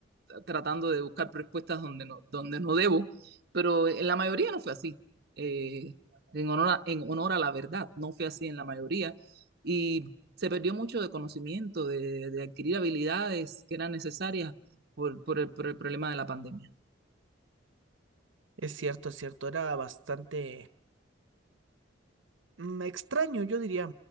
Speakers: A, on the right; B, on the right.
A: tratando de buscar respuestas donde no, donde no debo, pero en la mayoría no fue así. Eh, en, honor a, en honor a la verdad, no fue así en la mayoría. Y se perdió mucho de conocimiento, de, de adquirir habilidades que eran necesarias por, por el, por el problema de la pandemia.
B: Es cierto, es cierto, era bastante Mm, Extraño, yo diría,